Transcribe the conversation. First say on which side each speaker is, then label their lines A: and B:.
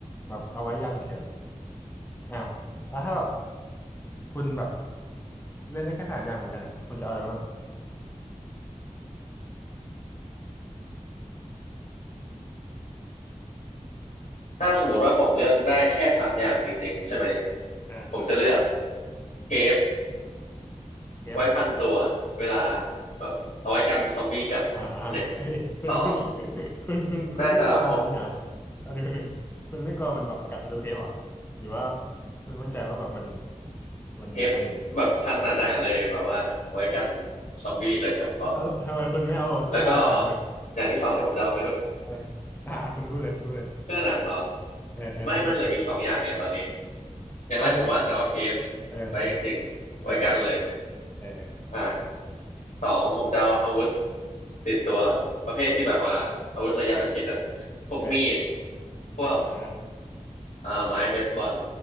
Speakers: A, on the left; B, on the left.
A: แบบเอาไว้ยามฉุกเฉินอ่าแล้วถ้าแบบคุณแบบเล่นได้แค่สามอย่างเหมือนกันอ่ะคุณจะเอาอะไรบ้าง
B: ถ้าสมมติว่าผมเลือกได้แค่สามอย่างจริงๆใช่ไหม
A: อ่า
B: ผมจะเลือกเทป
A: เทป
B: ไว้พันตัวเวลาแบบเอาไว้กันซอมบี้กัดหนึ่ง
A: อ่า <laughs> เอ้ยคุณคุณคุ
B: สอง
A: ณคุณคุณไม่กลัวนี่เหรอ่ะ
B: น่าจะพก
A: อันหนึ่งหนึ่งคุณไม่กลัวมันแบบกัดทะลุเทปเหรอ่ะหรือว่าคุณมั่นใจว่าแบบมันมันกันอยู่
B: เทปแบบพันหนาๆเลยแบบว่าไว้กันซอมบี้โดยเฉพาะ
A: เออทำไมคุณไม่เอาเสื้อหนังอ่ะ
B: แล้วก็อย่างที่สองที่ผมจะเอาไปด้วย
A: เออ <laughs> อ่าคุณพูดเลยคุณพูดเลย
B: เสื้อหนังเหรอ
A: เออเออเสื้อหนัง
B: ไม่มันเหลืออีกสองอย่างไงตอนนี้อย่างแรกผมว่าจะเอาเทป
A: กันเลยเออเออ
B: ไว้จริงๆไว้กันเลย
A: เออเออเออเออ
B: อ่าสองผมจะเอาอาวุธติดตัวประเภทที่แบบว่าอาวุธระยะประชิดอะพวกมีด
A: เออ
B: พวก
A: อ่า
B: เอ่อไม้เบสบอล